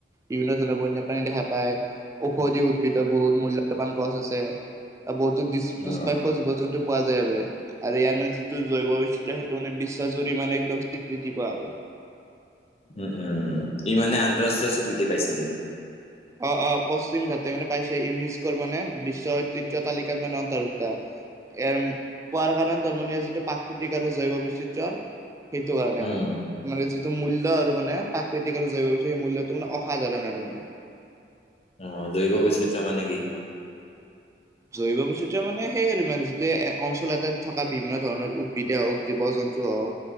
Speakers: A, on the right; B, on the left.
A: বিভিন্ন ধৰণৰ বন্যপ্ৰাণী দেখা পায় ঔষধি উদ দ্ভিদৰ বহুত মূল্যৱান গছ আছে বহুতো দু
B: অ
A: দুস্প্ৰাপ্য জীৱ জন্তু পোৱা যায় বাবে আৰু ইয়াৰ মানে যিটো জৈৱ বৈচিত্য সেইটো মানে বিশ্বাস জুৰি মানে একদম স্বীকৃতি পোৱা আৰু
B: উম উম উম ই মানে আন্তঃৰাষ্ট্ৰীয় স্বীকৃতি পাইছে নিকি
A: অ অ পশ্চিম ঘাটে মানে পাইছে ইউনিস্ক মানে বিশ্ব ঐতিহ্য তালিকাত মানে অন্তৰ্ভুক্ত এম কোৱাৰ কাৰণে তাৰমানে যিটো প্ৰাকৃতিক আৰু জৈৱ বৈচিত্ৰ সেইটো কাৰণে মানে
B: উম
A: মানে যিটো টো মূল্য আৰু মানে প্ৰাকৃতিক আৰু জৈৱ বিয় মূল্যটো মানে অসাধাৰণ আৰু মানে
B: অ দৈৱ বৈচিত্ৰ মানে কি
A: জৈব বৈচিত্ৰৰ মানে সেই আৰু মানে যিটো অঞ্চল এটাত থকা বিভিন্ন ধৰণৰ উদ্ভিদে হওক জীৱ জন্ত হও